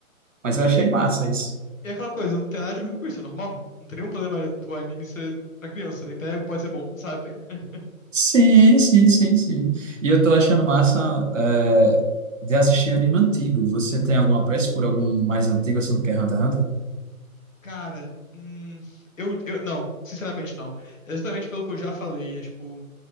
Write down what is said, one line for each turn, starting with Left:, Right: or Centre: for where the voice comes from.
Right: Mas eu
Left: E,
Right: achei massa isso.
Left: e é aquela coisa, não tem nada de ruim com isso, é normal. Não tem nenhum problema é, o anime ser pra criança. né? Então é- pode ser bom, sabe? <laughs>
Right: Sim, sim, sim, sim. E eu tô achando massa é, de assistir anime antigo. Você tem algum apreço por algum mais antigo, assim, do que Hunter x Hunter?
Left: Cara, hum, eu, eu. Não, sinceramente não. É Exatamente pelo que eu já falei. É tipo,